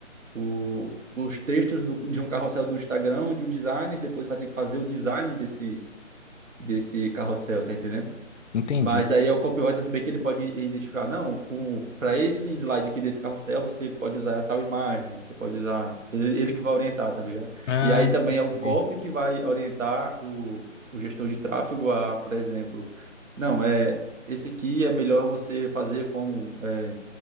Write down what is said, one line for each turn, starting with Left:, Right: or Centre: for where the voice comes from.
Right: o, os textos do, de um carrossel do Instagram, de um designer, depois vai ter que fazer o design desses, desse carrossel, tá entendendo?
Left: entendi.
Right: Mas aí é o copywriter também que ele pode identificar, não, para esse slide aqui desse carrossel, você pode usar tal imagem, você pode usar. Ele, ele que vai orientar, tá ligado?
Left: Ah,
Right: E aí também
Left: entendi,
Right: é o copy que vai orientar o, o gestor de tráfego a, por exemplo, não, é esse aqui é melhor você fazer como é,